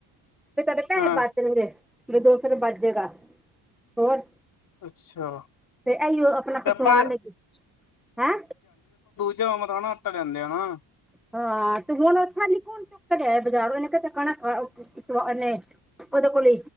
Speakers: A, in the centre; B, on the left.
A: ਫ ਤੇਰੇ ਪੈਸੇ
B: ਹਾਂ
A: ਬੱਜਣਗੇ ਮੇਰੇ ਦੋਸਤ ਨੇ ਬੱਜੇਗਾ ਹੋਰ
B: ਅੱਛਾ
A: ਤੇ ਆਈਓ ਉਹ ਆਪਣਾ
B: ਤੇ
A: ਪਿਸਵਾਹ
B: ਆਪਾਂ
A: ਲੇਗੀ ਹੈਂ
B: ਜਾਂ ਮਤਾ ਨਾ ਆਟਾ ਲਿਆਂਦੇ ਆ ਨਾ
A: ਹਾਂ ਤੇ ਹੁਣ ਓਥਾਂ ਨਿਕਣ ਚੁੱਕ ਗਿਆ ਬਾਜ਼ਾਰ ਉਹਨੇ ਕਤਾ ਕਣਾਾਰ ਉਹਦੇ ਕੋਲ